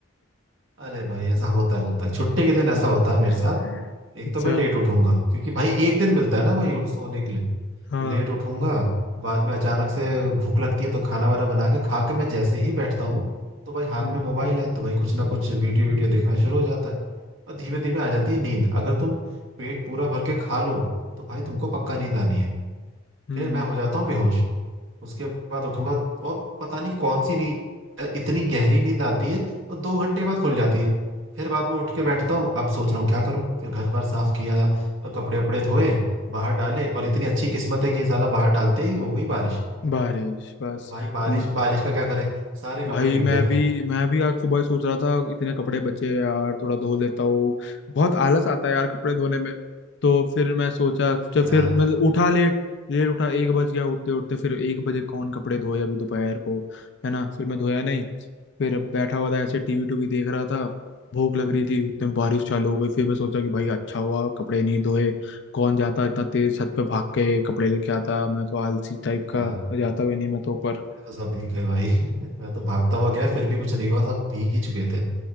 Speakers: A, on the right; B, on the left.
A: अरे भाई ऐसा होता है होता है छुट्टी के दिन ऐसा होता है मेरे
B: <laughs>
A: साथ एक
B: अच्छा
A: तो मैं लेट उठूंगा क्योंकि भाई एक दिन मिलता है ना भाई सोने के लिए
B: हाँ
A: लेट उठूंगा बाद में अचानक से भूख लगती है तो खाना वाना बना के खा के मैं जैसे ही बैठता हूँ तो भाई हाथ
B: हम्म
A: में मोबाइल है तो भाई कुछ ना कुछ वीडियो वीडियो देखना शुरू हो जाता है और धीमे धीमे आ जाती है नींद अगर तुम पेट पूरा भर के खा लो तो भाई तुमको पक्का नींद आनी है
B: हम्म
A: फिर मैं हो जाता हूँ बेहोश उसके बाद उठूंगा और पता नहीं कौन सी नींद है, इतनी गहरी नींद आती है और दो घंटे बाद खुल जाती है फिर बाद में उठ के बैठता
B: हम्म।
A: हूँ अब सोच रहा हूँ क्या करूँ फिर घर बार साफ किया और कपड़े वपड़े धोए बाहर डाले और इतनी अच्छी किस्मत है कि ये साला बाहर डालते ही हो गई बारिश
B: बारिश बस
A: अब भाई बारिश
B: हम्म,
A: बारिश का क्या करें सारे कपड़े
B: भाई
A: भीग
B: मैं
A: गए
B: भी मैं भी आज सुबह ही सोच रहा था इतने कपड़े बचे हैं यार थोड़ा धो लेता हूँ बहुत आलस आता है यार कपड़े धोने में तो फिर मैं सोचा
A: अरे
B: जब
A: यार
B: फिर मैं
A: यार
B: उठा लेट लेट उठा एक बज गया उठते उठते फिर एक बजे कौन कपड़े धोए अभी दोपहर को है ना फिर मैं धोया नहीं फिर बैठा हुआ था ऐसे टीवी टूवी देख रहा था भूख लग रही थी उतने में बारिश चालू हो गई फिर मैं सोचा कि भाई अच्छा हुआ कपड़े नहीं धोए कौन जाता इतना तेज छत पे भाग के कपड़े लेके आता मैं तो आलसी टाइप
A: यार
B: का जाता भी नहीं मैं तो ऊपर
A: तो सब भीग गए भाई <laughs> मैं तो भागता हुआ गया फिर भी कुछ नहीं हुआ सब भीग ही चुके थे